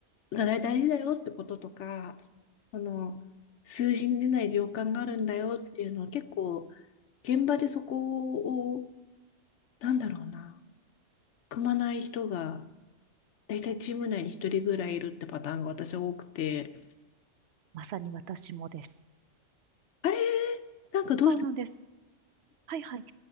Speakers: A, on the left; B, on the right.
A: が大大事だよってこととか、あの、数字に出ない量感があるんだよっていうのは結構、現場でそこを、なんだろうな、組まない人が、大体チーム内に一人ぐらいいるってパターンが私は多くて、
B: まさに私もです。
A: あれ、なんかどうして
B: そうなんです。はい、はい。